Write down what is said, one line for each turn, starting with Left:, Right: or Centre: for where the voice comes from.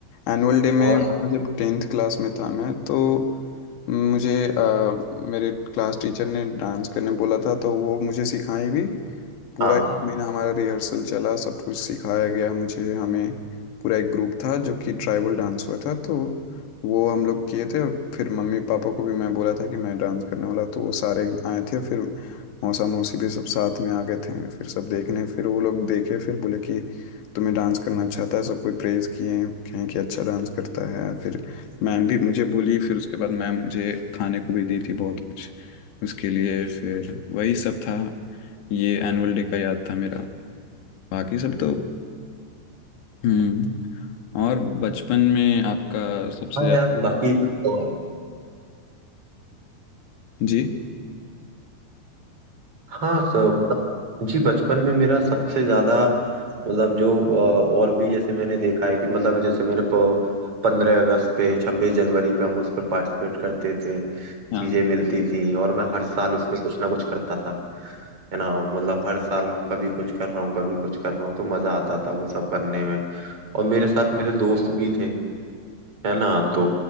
Left: एनुअल डे में
Right: और
Left: जब टेंथ क्लास में था मैं तो मुझे अ, मेरे क्लास टीचर ने डांस करने बोला था तो वो मुझे सिखाई भी पूरा
Right: हाँ
Left: एक महीना हमारा रिहर्सल चला सब कुछ सिखाया गया मुझे हमें पूरा एक ग्रुप था जो कि ट्राइबल डांस हुआ था तो वो हम लोग किए थे फिर मम्मी पापा को भी मैं बोला था कि मैं डांस करने वाला तो वो सारे आए थे फिर मौसा मौसी भी सब साथ में आ गए थे फिर सब देखने फिर वो लोग देखे फिर बोले कि तुम्हें डांस करना अच्छा आता है सब कोई प्रेज़ किए कहें कि अच्छा डांस करता है फिर मैम भी मुझे बोली फिर उसके बाद मैम मुझे खाने को भी दी थी बहुत कुछ उसके लिए फिर वही सब था ये एनुअल डे का याद था मेरा बाकी सब तो हम्म और बचपन में आपका सबसे
Right: हाँ
Left: ज्यादा
Right: यार बाकी और
Left: जी
Right: हाँ सब जी बचपन में मेरा सबसे ज्यादा मतलब जो अ, और भी जैसे मैंने देखा है कि मतलब जैसे मेरे पंद्रह अगस्त पे छब्बीस जनवरी पे हम उस पे पार्टिसिपेट करते थे
Left: हाँ
Right: चीजें मिलती थी और मैं हर साल उसमें कुछ ना कुछ करता था है ना मतलब हर साल कभी कुछ कर रहा हूँ कभी कुछ कर रहा हूँ तो मजा आता था वो सब करने में और मेरे साथ मेरे दोस्त भी थे है ना तो